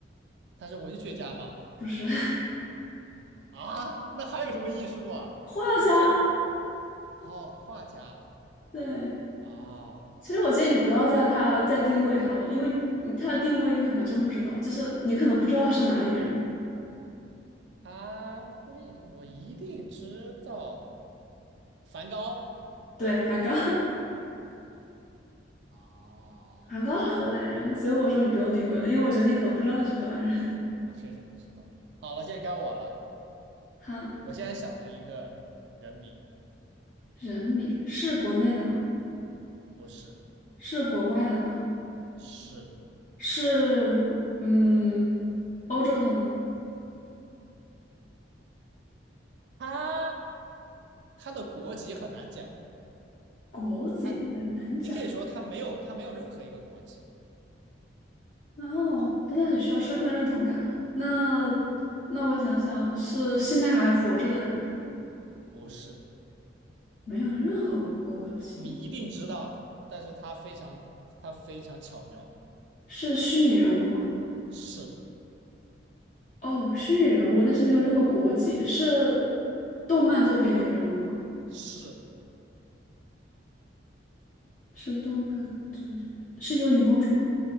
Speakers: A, on the right; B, on the left.
A: 他是文学家吗？
B: 不是 <laughs>
A: 啊，那还有什么艺术啊？
B: 画家，
A: 他是建筑，哦，画家，
B: 对，
A: 哦，
B: 其实我建议你不要在他再定位他了，因为你他的定位你可能还真不知道，就是你可能不知道他是哪里人，
A: 他为我一定知道梵高。
B: 对，梵高，
A: 哦，OK，
B: <laughs> 梵高是荷兰人，所以我说你不用定位了，因为我觉得你可能不知道他是荷兰人。
A: 我确实不知道。好了，现在该我了。
B: <laughs> 好，
A: 我现在想了一个人名，
B: 人名是国内的吗？
A: 嗯，不是，
B: 是国外的吗？
A: 是
B: 是嗯，欧洲的吗？
A: 他，他的国籍很难讲。
B: 国籍很难讲。
A: 他，你可以说他没有，他没有任何一个国籍。
B: 然后，但他很需要身份认同感啊。那那我想想，是现在还活着的人吗？
A: 不是，
B: 没有任何国籍，
A: 你一定知道，但是他非常，他非常巧妙。
B: 是虚拟人物吗？
A: 是，
B: 哦，虚拟人物，但是没有任何国籍，是动漫作品里的人物吗？
A: 是，
B: 是动漫作品，是幽灵公主吗？